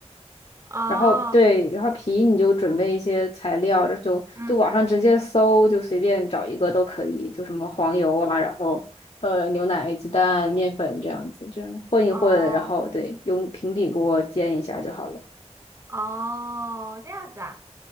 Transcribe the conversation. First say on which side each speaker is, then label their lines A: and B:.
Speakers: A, on the right (about 25°); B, on the left (about 60°).
A: 哦，
B: 然后对，然后皮你就准备一些材料，这就就网上直接搜，
A: 嗯，
B: 就随便找一个都可以，就什么黄油啊，然后呃牛奶、鸡蛋、面粉这样子，这样混一混，
A: 哦，
B: 然后对，用平底锅煎一下就好了。
A: 哦，这样子啊，